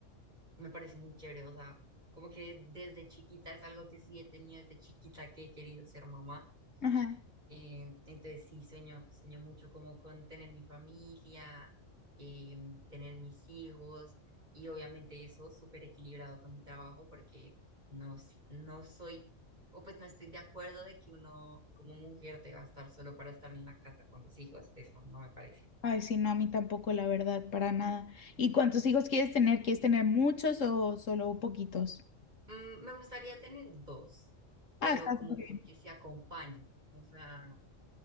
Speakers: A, on the right (about 35°); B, on the left (about 80°).
A: me parece muy chévere, o sea, como que desde chiquita es algo que sí he tenido desde chiquita que he querido ser mamá.
B: Ajá.
A: Eh, entonces sí, sueño, sueño mucho como con tener mi familia, eh, tener mis hijos y obviamente eso súper equilibrado con mi trabajo porque no, s- no soy, o pues no estoy de acuerdo de que uno como mujer deba estar solo para estar en la casa con los hijos, eso no me parece.
B: Ay, sí, no, a mí tampoco, la verdad, para nada. ¿Y cuántos hijos quieres tener? ¿Quieres tener muchos o solo poquitos?
A: Mm, me gustaría tener dos, pero
B: Ah, está
A: como
B: súper bien.
A: porque se acompañen, o sea,